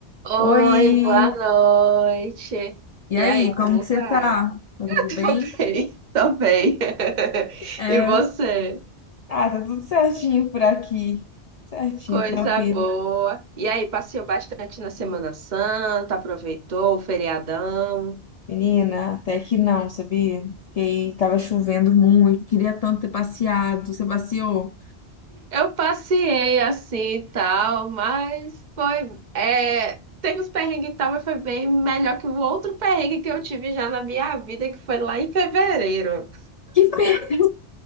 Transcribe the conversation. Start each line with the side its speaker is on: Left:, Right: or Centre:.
Right: Oi,
Left: Oi,
Right: boa noite.
Left: e
Right: E
Left: aí,
Right: aí, como
Left: como que você
Right: vai?
Left: tá? Tá
Right: <laughs>
Left: Tudo bem?
Right: Tô bem, tô bem. <laughs>
Left: É,
Right: E você?
Left: Ah, tá tudo certinho por aqui. Certinho,
Right: Coisa
Left: tranquilo.
Right: boa. E aí, passeou bastante na Semana Santa, aproveitou o feriadão?
Left: Menina, até que não, sabia? Fiquei, tava chovendo muito, queria tanto ter passeado. Você passeou?
Right: Eu passei assim e tal, mas foi. É, teve os perrengues e tal, mas foi bem melhor que o outro perrengue que eu tive já na minha vida, que foi lá em fevereiro.
Left: Que fer...